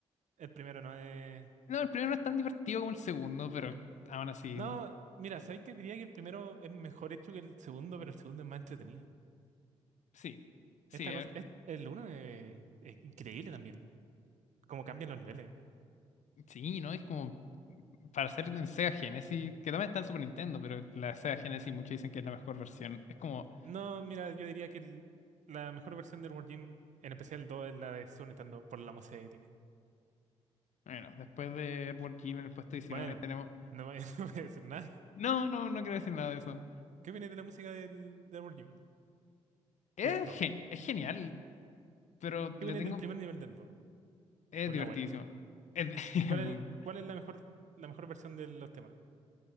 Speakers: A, on the right; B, on the left.
A: el primero no es...
B: No, el primero no es tan divertido como el segundo, pero aún así.
A: No, mira, ¿sabéis que diría que el primero es mejor hecho que el segundo, pero el segundo es más entretenido?
B: Sí. Sí,
A: Esta
B: eh,
A: cosa, es, el uno es, es increíble también, cómo cambian los niveles.
B: Sí, ¿no? Es como para hacer en Sega Genesis, que también está en Super Nintendo, pero la Sega Genesis muchos dicen que es la mejor versión. Es como,
A: No, mira, yo diría que el- la mejor versión del World Gym, en especial el 2, es la de Super Nintendo por la música que tiene.
B: bueno, después de Earthworm Jim en el puesto 19
A: Bueno,
B: tenemos...
A: no voy, <laughs> no voy a decir nada.
B: No, no, no quiero decir nada de eso.
A: ¿Qué viene de la música del, del Amor Jim?
B: Es,
A: Del Do.
B: gen- es genial, pero
A: ¿Qué
B: le
A: viene
B: tengo...
A: del primer nivel del Do?
B: Es
A: Con
B: divertidísimo.
A: la abuela.
B: Es, <laughs> es
A: ¿Cuál
B: muy-
A: es, cuál es la mejor, la mejor versión de los temas?